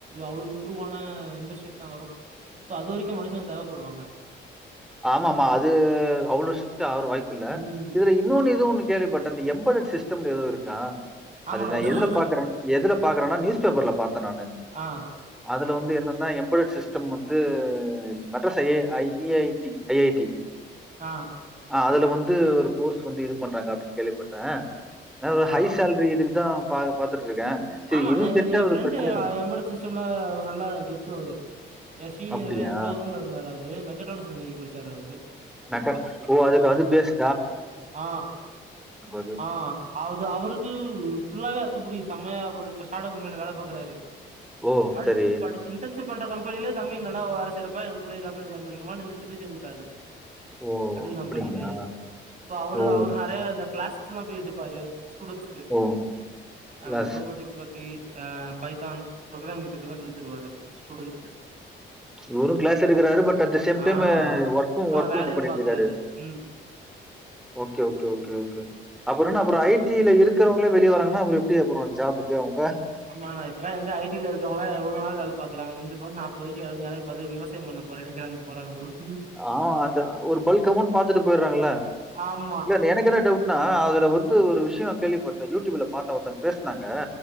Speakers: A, on the right; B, in the centre.
A: அவ்ளோ இம்ப்ரூவ் ஆனா இண்டஸ்ட்ரிஸ் தா வரு சோ அது வரைக்கு மனுஷங்க தேவப்படுவாங்க
B: ஆமா மா அது அவ்ளோ ஷிப்ட் ஆற வாய்ப்பு இல்ல
A: ம்
B: இதுல இன்னொன்னு இதுவு ஒன்னு கேள்விப்பட்ட அந்த எம்பது சிஸ்டம்ல ஏதோ இருக்கா
A: ஆமாண்ணா
B: அது நா
A: எம்பெடட்
B: எதுல
A: சிஸ்டம்
B: பாக்கறே எதுல பாக்கறேனா நியூஸ் பேப்பர்ல பாத்தே நானு
A: ஆ
B: அதுல வந்த் என்னென்னா எம்போர் சிஸ்டம் வந்து மெட்ராஸ் ஐ எ ஐ ஜ டி ஐ ஐ டி
A: ஆ
B: அதுல வந்து ஒரு கோர்ஸ் வந்து இது பண்றாங்க அப்படின்னு கேள்விப்பட்டே நா ஒரு
A: ஆ
B: ஹை சேல்ரி இதுக்குதா பா பார்த்துட்டு இருக்கேன். சரி
A: ஆமா
B: இதுவும் செட்
A: என்
B: ஆகுது
A: ஃப்ரெண்டு
B: பிரச்சனை இல்ல.
A: எம்பட சிஸ்டம்ல நல்லா கெத்து அவரு எ சீனியரு
B: அப்படியா?
A: எ கூட ரூம்ல இருந்தாரு அவரு இது மெக்கற்றானிக்ஸ் இன்ஜினியரிங் படிச்சார் அவரு
B: நக்கன் ஓ அதுக்கு அது பேஸ்
A: ஆ
B: அது.
A: ஆ அது அவருக்கு ஃபுல்லாவே அத்துப்படி செமையா அவரு இப்ப சாடோ கம்பனில வேல பாக்கறாரு
B: ஓ!
A: படிச்சு
B: சரி.
A: படிச்ச இன்டர்ன்ஷிப் பண்ற கம்பெனிலயே தமி நல்லா வேல செய்றப்ப எங்க கூட கம்பெனி ஜாயின் பணிக்காம நின்று திரும்பி சேந்துக்கிட்டாரு
B: ஓ
A: அப்டியே
B: அப்படிங்களா
A: கம்பெனிலயே சோ அவரு
B: ஓ!
A: அவரு நெறைய இந்த கிளாஸஸ்லா போயிட்டுப்பாரு ஸ்டுடன்ஷ்கு
B: ஓ!
A: ஆ
B: கிளாஸ்.
A: ரோபோட்டிக்ஸ் பத்தி ஆ பைத்தான் ப்ரோக்ராம் பத் சொல்ல தருவாரு ஸ்டூடென்ஸ்க்கு
B: இவரு கிளாஸ் எடுக்கிறாரு பட் அட் த சேம்
A: ஆ
B: டைம் ஒர்க்கு
A: ஆ
B: ஒர்க்கு
A: வேலையு
B: இது பண்ணிட்டிருக்காரு
A: பாக்குறாரு ம்
B: ஓகே ஓகே ஓகே ஓகே அப்புற என்னா அப்புறோ ஐடில இருக்கிறவங்களே வெளிய வராங்கன்னா அப்புறோ எப்படி அப்புறோ ஜாபுக்கு அவுங்க
A: ஆமா இப்பலா எங்க ஐடில இருக்கவங்களா எவ்ளோ நாள் வேல பாக்குறாங்க மிஞ்சு நாப்பது வயசுல <unintelligible> விவசாயம் பண்ண போறனு கிளம்பி போறாங்க ஊருக்கு
B: ஆ அந்த ஒரு பல்க் அமௌன்ட் பாத்துட்டு போயிறாங்கா
A: ஆமா
B: இல்ல எனக்கு என்ன டவுட்னா அதுல வந்து ஒரு விஷ் கேள்விப்பட்டே யூடியூப்ல பாத்த ஒருத்த பேசினாங்க